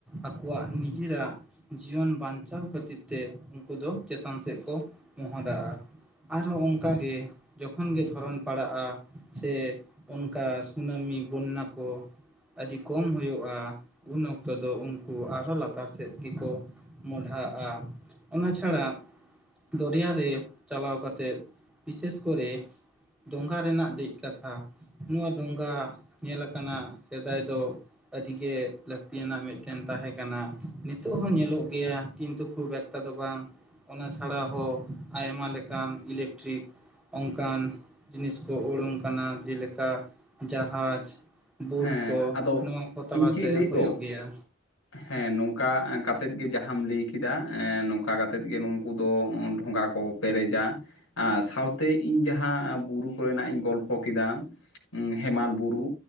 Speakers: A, in the centre; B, on the left.
A: ᱟᱠᱚᱣᱟᱜ ᱱᱤᱡᱮᱨᱟᱜ ᱡᱤᱭᱚᱱ ᱵᱟᱧᱪᱟᱣ ᱠᱷᱟᱹᱛᱤᱨ ᱛᱮ ᱩᱱᱠᱩ ᱫᱚ ᱪᱮᱛᱟᱱ ᱥᱮᱫ ᱠᱚ ᱢᱚᱦᱰᱟᱜ-ᱟ᱾ ᱟᱨᱦᱚᱸ ᱚᱱᱠᱟᱜᱮ ᱡᱚᱠᱷᱚᱱᱜ ᱜᱮ ᱫᱷᱚᱨᱚᱱ ᱯᱟᱲᱟᱜ-ᱟ᱾ ᱥᱮ ᱚᱱᱠᱟ ᱥᱩᱱᱟᱹᱢᱤ ᱵᱚᱱᱱᱟ ᱠᱚ᱾ ᱟᱹᱰᱤ ᱠᱚᱢ ᱦᱩᱭᱩᱜ-ᱟ ᱩᱱ ᱚᱠᱛᱚ ᱫᱚ ᱩᱱᱠᱩ ᱟᱨᱦᱚᱸ ᱞᱟᱛᱟᱨ ᱥᱮᱫ ᱜᱮᱠᱚ ᱢᱚᱰᱟᱜ-ᱟ ᱚᱱᱟ ᱪᱷᱟᱲᱟ ᱫᱚᱨᱭᱟ ᱨᱮ ᱪᱟᱞᱟᱣ ᱠᱟᱛᱮᱫ ᱵᱤᱥᱮᱥ ᱠᱚᱨᱮ ᱰᱚᱸᱜᱷᱟ ᱨᱮᱱᱟᱜ ᱫᱮᱡ ᱠᱟᱛᱷᱟ ᱱᱚᱣᱟ ᱰᱚᱸᱜᱟ ᱧᱮᱞ ᱟᱠᱟᱱᱟ ᱥᱮᱫᱟᱭ ᱫᱚ ᱟᱹᱰᱤ ᱜᱮ ᱞᱟᱹᱠᱛᱤ ᱟᱱᱟᱜ ᱢᱤᱫᱴᱮᱱ ᱛᱟᱦᱮᱸ ᱠᱟᱱᱟ ᱱᱤᱛᱚᱜ ᱦᱚᱸ ᱧᱮᱞᱚᱜ ᱜᱮᱭᱟ ᱠᱤᱱᱛᱩ ᱠᱷᱩᱵ ᱮᱠ- ᱮᱴᱟ ᱫᱚ ᱵᱟᱝ ᱚᱱᱟ ᱪᱷᱟᱲᱟ ᱦᱚᱸ ᱟᱭᱢᱟ ᱞᱮᱠᱟᱱ ᱤᱞᱮᱠᱴᱨᱤᱠ ᱚᱱᱠᱟᱱ ᱡᱤᱱᱤᱥ ᱠᱚ ᱩᱲᱩᱝ ᱠᱟᱱᱟ ᱡᱮᱞᱮᱠᱟ ᱡᱟᱦᱟᱡᱽ, ᱵᱩᱴ
B: ᱦᱮᱸ
A: ᱠᱚ
B: ᱟᱫᱚ
A: ᱱᱚᱣᱟ ᱠᱚ ᱛᱟᱞᱟᱛᱮ
B: ᱤᱧ ᱪᱮᱫ ᱤᱧ ᱞᱟᱹᱭᱮᱫ
A: ᱦᱩᱭᱩᱜ
B: ᱫᱚ
A: ᱜᱮᱭᱟ᱾
B: ᱦᱮᱸ ᱱᱚᱝᱠᱟ ᱠᱟᱛᱮᱫ ᱜᱮ ᱡᱟᱦᱟᱸ ᱟᱢ ᱞᱟᱹᱭ ᱠᱮᱫᱟ ᱱᱚᱝᱠᱟ ᱠᱟᱛᱮᱫ ᱜᱮ ᱱᱩᱝᱠᱩ ᱫᱚ ᱰᱷᱚᱸᱜᱟ ᱠᱚ ᱯᱮᱨᱮᱡᱟ ᱟᱨ ᱥᱟᱶᱛᱮ ᱤᱧ ᱡᱟᱦᱟᱸ ᱵᱩᱨᱩ ᱠᱚᱨᱮᱱᱟᱜ ᱤᱧ ᱜᱚᱞᱯᱷᱚ ᱠᱮᱫᱟ᱾ ᱦᱮᱢᱟᱞ ᱵᱩᱨᱩ